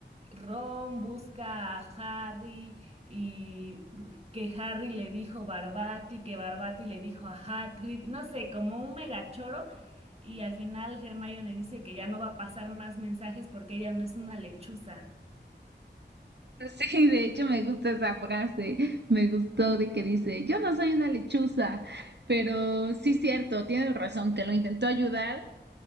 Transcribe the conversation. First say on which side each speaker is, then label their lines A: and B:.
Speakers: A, on the right; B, on the right.
A: Ron busca a Harry y que Harry le dijo Barbati, que Barbati le dijo a Hagrid, y no sé, como un megachoro. Y al final Hermione dice que ya no va a pasar más mensajes porque ella no es una lechuza.
B: Sí, de hecho me gusta esa frase, me gustó de que dice, yo no soy una lechuza, pero sí cierto, tienes razón, que lo intentó ayudar,